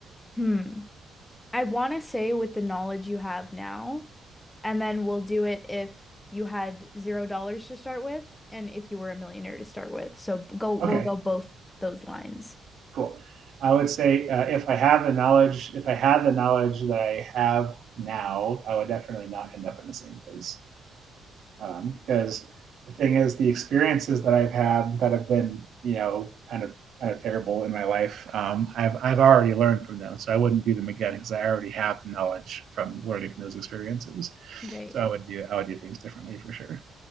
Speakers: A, on the left (about 15°); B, on the right (about 65°).
A: Hmm. I want to say with the knowledge you have now, and then we'll do it if you had zero dollars to start with and if you were a millionaire to start with. So go, we'll
B: now? Okay,
A: go both those lines.
B: cool. I would say uh, if I have the knowledge, if I had the knowledge that I have now, I would definitely not end up in the same place. Um, because the thing is, the experiences that I've had that have been, you know, kind of kind of terrible in my life, um, I've I've already learned from them, so I wouldn't do them again because I already have the knowledge from learning from those experiences.
A: Right.
B: So I would do I would do things differently for sure.